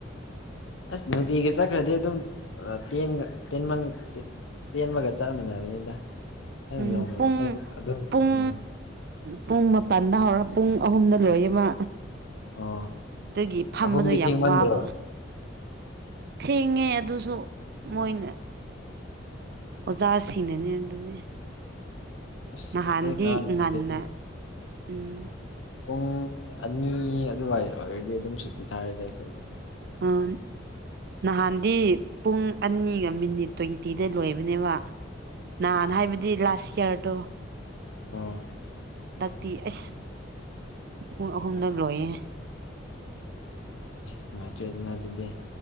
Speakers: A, on the left; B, on the right.
A: ꯑꯁ ꯅꯨꯡꯇꯤꯒꯤ ꯆꯠꯈ꯭ꯔꯗꯤ ꯑꯗꯨꯝ ꯇꯦꯟ ꯇꯦꯟꯃꯟ ꯇꯦꯟꯕꯒ ꯆꯠꯃꯤꯟꯅꯕꯅꯤꯗ ꯑꯩꯅ
B: ꯎꯝ
A: ꯅꯣꯡꯃ
B: ꯄꯨꯡ
A: ꯈꯛꯇꯪ ꯑꯗꯨꯝ
B: ꯄꯨꯡ
A: ꯎꯝ
B: ꯄꯨꯡ ꯃꯥꯄꯜꯗ ꯍꯧꯔ ꯄꯨꯡ ꯑꯍꯨꯝꯗ ꯂꯣꯏꯌꯦꯕ
A: ꯑꯣ
B: ꯑꯗꯨꯒꯤ ꯐꯝꯕꯗꯣ
A: ꯑꯍꯨꯝꯗꯤ
B: ꯌꯥꯝ
A: ꯊꯦꯡꯃꯟꯗ꯭ꯔꯣ
B: ꯋꯥꯕ ꯊꯦꯡꯉꯦ ꯑꯗꯨꯁꯨ ꯃꯣꯏꯅ ꯑꯣꯖꯥꯁꯤꯡꯅꯅꯦ ꯑꯗꯨꯅꯦ
A: ꯑꯁ
B: ꯅꯍꯥꯟꯗꯤ
A: ꯑꯈꯣꯏ ꯀꯥꯔꯤꯉꯩꯗꯗꯤ
B: ꯉꯟꯅ ꯎꯝ
A: ꯄꯨꯡ ꯑꯅꯤ ꯑꯗꯨꯋꯥꯏ ꯑꯣꯏꯔꯗꯤ ꯑꯗꯨꯝ ꯁꯨꯇꯤ ꯊꯥꯔꯦꯗ ꯑꯈꯣꯏꯗꯤ
B: ꯑꯥ ꯅꯍꯥꯟ ꯗꯤ ꯄꯨꯡ ꯑꯅꯤꯒ ꯃꯤꯅꯤꯠ ꯇ꯭ꯋꯦꯟꯇꯤꯗ ꯂꯣꯏꯕꯅꯦꯕ ꯅꯍꯥꯟ ꯍꯥꯏꯕꯗꯤ ꯂꯥꯁ ꯁ꯭ꯌꯥꯔꯗꯣ
A: ꯑꯣ
B: ꯇꯤ ꯑꯩꯁ ꯄꯨꯡ ꯑꯍꯨꯝꯗ ꯂꯣꯏꯌꯦ
A: ꯅꯨꯉꯥꯏꯇ꯭ꯔꯦꯗꯅ ꯑꯗꯨꯗꯤ